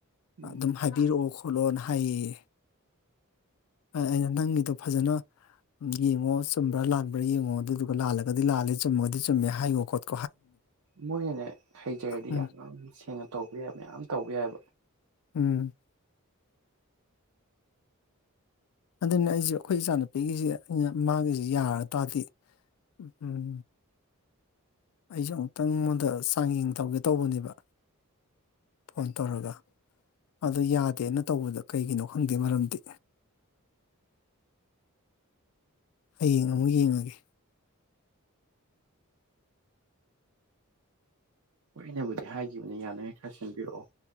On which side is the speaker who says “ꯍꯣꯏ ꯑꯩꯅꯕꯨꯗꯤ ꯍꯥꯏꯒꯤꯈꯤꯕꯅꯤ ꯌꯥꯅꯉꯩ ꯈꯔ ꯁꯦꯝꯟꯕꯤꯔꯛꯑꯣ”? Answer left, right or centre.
Right